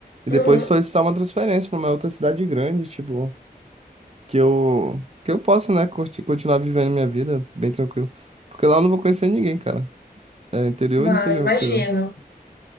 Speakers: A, on the right; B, on the left.
A: E
B: Uhum.
A: depois solicitar uma transferência pra uma outra cidade grande, tipo, que eu, que eu possa, né, curti- continuar vivendo minha vida bem tranquilo. Porque lá eu não vou conhecer ninguém, cara. É interior,
B: Não,
A: interior,
B: imagino.
A: interior.